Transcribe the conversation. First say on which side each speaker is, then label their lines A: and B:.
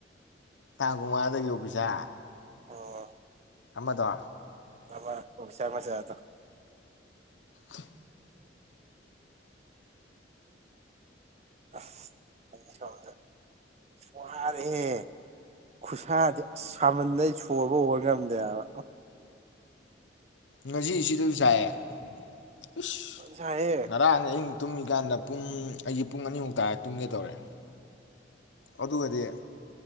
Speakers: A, on the left (about 80°); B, on the right (about 35°).
A: ꯇꯥꯡ ꯀꯨꯟ ꯃꯉꯥꯗꯒꯤ ꯑꯣꯐꯤꯁꯥꯔ?
B: ꯑꯣ
A: ꯑꯃꯗꯣ?
B: ꯑꯃ ꯑꯣꯐꯤꯁꯥꯔ ꯃꯆꯥꯗꯣ꯫
A: ꯍꯦ ꯍꯦ
B: ꯑꯁ <unintelligible> ꯋꯥꯔꯦ ꯍꯦ ꯈꯨꯁꯥꯗꯤ ꯑꯁ ꯁꯥꯃꯟꯗꯩ ꯁꯣꯔꯕꯣ ꯍꯣꯟꯕ ꯉꯝꯗꯦ ꯍꯥꯏꯕ꯫
A: ꯉꯁꯤ ꯁꯤꯗꯁꯨ ꯁꯥꯏꯌꯦ ꯏꯁ
B: ꯐꯖꯅ ꯁꯥꯏꯍꯦ
A: ꯉꯔꯥꯡ ꯑꯍꯤꯡ ꯇꯨꯝꯃꯤꯀꯥꯟꯗ ꯄꯨꯡ ꯑꯩꯁꯦ ꯄꯨꯡ ꯑꯅꯤꯃꯨꯛ ꯇꯥꯔꯦ ꯇꯨꯝꯒꯦ ꯇꯧꯔꯦ ꯑꯗꯨꯒꯗꯤ